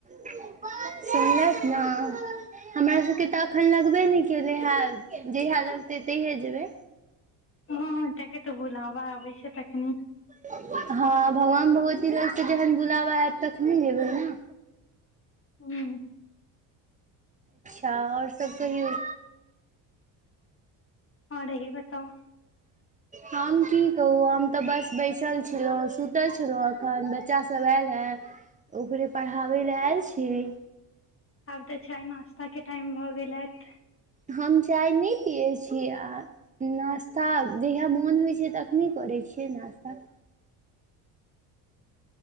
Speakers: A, on the right; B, on the left.
A: सुनकल न हमरा सबके त अखन लगबे नहि केले हेत। जैहा लगतै तैहे जेबै।
B: हँ हँ तके तऽ बोलाबा अबै छय तखने।
A: हँ भगवान, भगवती लोग से जहन बुलाबा ऐत तखने जेबैै न।
B: हूँ।
A: अच्छा आओर सब कहियौ।
B: आओर अहीं बताउ।
A: हम की कहू हम तऽ बस बैसल छलहुँ, सुतल छलहुँ। ् अखन बच्चासब आयल हँ ओकरे पढ़ाबै लए आयल छीयै।
B: आब तऽ चाय नाश्ता के टाइम भऽ गेल हेत।
A: हम चाय नहि पियै छी, आ नाश्ता जहिया मोन होइत छै तऽ। तखने करै छियै नाश्ता।